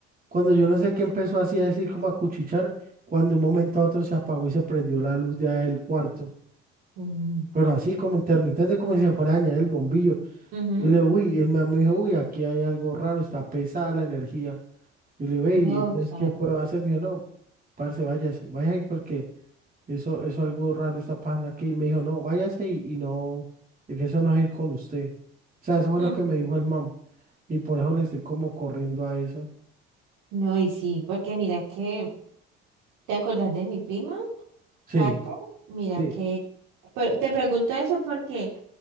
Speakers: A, on the right; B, on the right.
A: Cuando yo no sé qué empezó así a decir como a cuchichar, cuando un momento a otro se apagó y se prendió la luz ya del cuarto.
B: Mm,
A: Pero así como intermitente, como si se fuera a dañar el bombillo.
B: ujú.
A: Y le, uy, el man me dijo, uy, aquí hay algo raro, está pesada la energía. Y le, ve,
B: No,
A: y entonces,
B: claro.
A: ¿qué puedo hacer? Me dijo, no, parce, váyase, váyase porque eso, eso algo raro está pasando aquí. Y me dijo, no, váyase y, y no, es que eso no es ir con usted. O sea, eso fue
B: Mm,
A: lo que me dijo el mam. Y por eso le estoy como corriendo a eso.
B: No, y sí, porque mira que, ¿te acordás de mi prima,
A: Sí,
B: Kate? Mira
A: sí,
B: que, pero te pregunto eso porque